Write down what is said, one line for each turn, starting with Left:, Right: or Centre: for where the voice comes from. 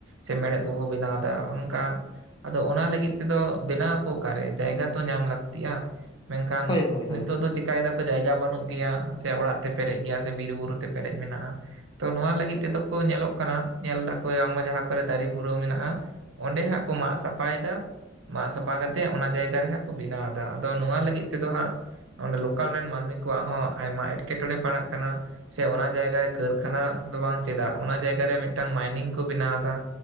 Right: ᱥᱮ ᱢᱮᱲᱦᱮᱫ ᱠᱚᱠᱚ ᱵᱮᱱᱟᱣ ᱮᱫᱟ ᱚᱱᱠᱟ ᱟᱫᱚ ᱚᱱᱟ ᱞᱟᱹᱜᱤᱫ ᱛᱮᱫᱚ ᱵᱮᱱᱟᱣ ᱟᱠᱚ ᱚᱠᱟᱨᱮ? ᱡᱟᱭᱜᱟ ᱛᱚ ᱧᱟᱢ ᱞᱟᱹᱠᱛᱤᱜᱼᱟ᱾ ᱢᱮᱱᱠᱷᱟᱱ
Left: ᱦᱳᱭ ᱦᱳᱭ ᱦᱳᱭ
Right: ᱱᱤᱛᱚᱜ
Left: ᱦᱳᱭ ᱦᱳᱭ
Right: ᱫᱚ ᱪᱮᱠᱟᱭ <unintelligible> ᱡᱟᱭᱜᱟ ᱵᱟᱹᱱᱩᱜ ᱜᱮᱭᱟ ᱥᱮ ᱚᱲᱟᱜ ᱛᱮ ᱯᱮᱨᱮᱡ ᱜᱮᱭᱟ ᱥᱮ ᱵᱤᱨ ᱵᱩᱨᱩ ᱛᱮ ᱯᱮᱨᱮᱡ ᱢᱮᱱᱟᱜᱼᱟ᱾ ᱛᱚ ᱱᱚᱣᱟ ᱞᱟᱹᱜᱤᱫ ᱛᱮᱫᱚ ᱠᱚ ᱧᱮᱞᱚᱜ ᱚᱱᱠᱟᱱᱟᱜ ᱧᱮᱞ ᱫᱟᱠᱚ ᱵᱟᱝᱢᱟ ᱡᱟᱦᱟᱸ ᱠᱚᱨᱮ ᱫᱟᱨᱮ ᱵᱩᱨᱟᱹᱣ ᱢᱮᱱᱟᱜᱼᱟ ᱚᱸᱰᱮ ᱦᱟᱸᱜ ᱠᱚ ᱢᱟᱜ ᱥᱟᱯᱷᱟᱭᱮᱫᱟ ᱢᱟᱜ ᱥᱟᱯᱷᱟ ᱠᱟᱛᱮᱫ ᱚᱱᱟ ᱡᱟᱭᱜᱟ ᱨᱮ ᱦᱟᱸᱜ ᱠᱚ ᱵᱮᱱᱟᱣᱫᱟ ᱟᱫᱚ ᱱᱚᱣᱟ ᱫᱚ ᱱᱚᱣᱟ ᱞᱟᱹᱜᱤᱫ ᱛᱮᱫᱚ ᱦᱟᱸᱜ ᱚᱸᱰᱮ ᱞᱳᱠᱟᱞ ᱨᱮᱱ ᱢᱟᱹᱱᱢᱤ ᱠᱚᱣᱟᱜ ᱦᱚᱸ ᱟᱭᱢᱟ ᱮᱸᱴᱠᱮᱴᱚᱬᱮ ᱯᱟᱲᱟᱜ ᱠᱟᱱᱟ᱾ ᱥᱮ ᱚᱱᱟ ᱡᱟᱭᱜᱟᱨ ᱨᱮ ᱠᱟᱹᱨᱠᱷᱟᱱᱟ ᱫᱚ ᱵᱟᱝ ᱪᱮᱫᱟᱜ ᱚᱱᱟ ᱡᱟᱭ ᱨᱮ ᱢᱤᱫᱴᱟᱝ ᱢᱟᱭᱱᱤᱝ ᱠᱚ ᱵᱮᱱᱟᱣ ᱫᱟ